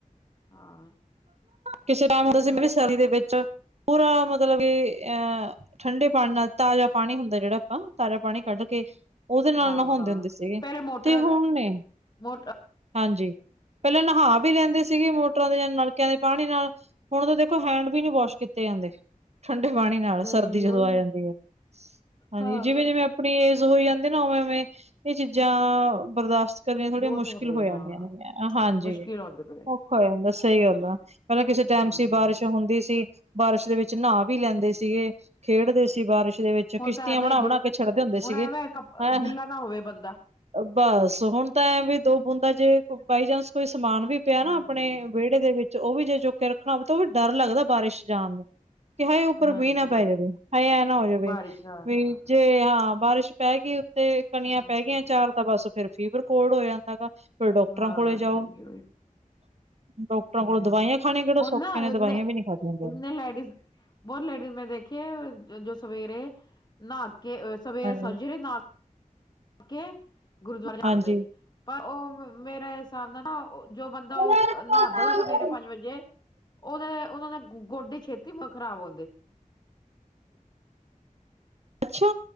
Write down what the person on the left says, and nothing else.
ਹਾਂ
ਉਹੀ ਨਾ
ਹਾਂ
ਹਾਂ
ਪਹਿਲੇ ਮੋਟਰਾਂ
ਮੋਟਰ
ਨਹੀਂ
ਉਹੀ
ਨਾ
ਹਾਂ
ਬਹੁਤ
ਹੁੰਦੇ
ਹਾਂ
ਮੁਸ਼ਕਿਲ ਹੁੰਦੇ ਪਏ
ਹਾਂ
ਹੁਣ
ਤਾਂ ਐਵੇਂ
ਹੁਣ ਐਵੇਂ ਕੱਪ
ਗਿੱਲਾ ਨਾ ਹੋਵੇ ਬੰਦਾ
ਹਾਂ
ਹਾਂਜੀ
ਹਾਂਜੀ
ਬਾਰਿਸ਼ ਦਾ
ਹਾਂ
ਹਮ
ਹਾਂਜੀ
ਹਾਂ
ਉਹ ਨਾ
ਇਨੇ
<unintelligible> ਬਹੁਤ ਲੈਡੀਜ਼ ਮੈਂ ਦੇਖੇ ਜੋ ਸਵੇਰੇ ਨਾਹ ਕੇ, ਸਵੇਰੇ
ਸਜਰੇ ਨਾ ਕੇ ਗੁਰਦੁਆਰੇ
ਜਾਂਦੇ। ਪਰ ਉਹ ਮੇਰੇ ਹਿਸਾਬ ਨਾਲ ਨਾ, ਜੋ ਬੰਦਾ
ਉਹ ਨਹਾਦਾ ਸਵੇਰੇ ਪੰਜ ਵਜੇ ਉਹਦੇ ਉਹਨਾਂ ਦੇ ਗੋਡੇ ਛੇਤੀ ਖ਼ਰਾਬ ਹੁੰਦੇ।